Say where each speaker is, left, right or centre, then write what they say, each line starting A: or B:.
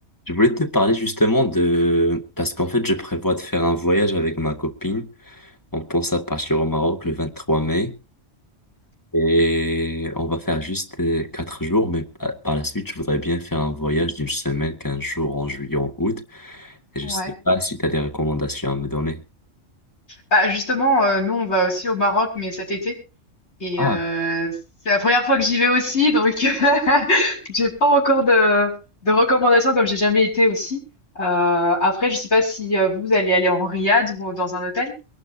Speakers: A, on the left; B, on the left.
A: Je voulais te parler justement de... Parce qu'en fait, je prévois de faire un voyage avec ma copine. On pense à partir au Maroc le 23 mai. Et on va faire juste euh, quatre jours, mais pa- par la suite, je voudrais bien faire un voyage d'une semaine, 15 jours en juillet, en août. Et je
B: Ouais.
A: sais pas si tu as des recommandations à me donner.
B: Bah, justement, heu, nous, on va aussi au Maroc, mais cet été et
A: Ah,
B: heu, c'est la première fois que j'y vais aussi, donc <laughs> j'ai pas encore de de recommandations comme j'ai jamais été aussi. Heu, après, je sais pas si, heu, vous allez aller en riad ou dans un hôtel?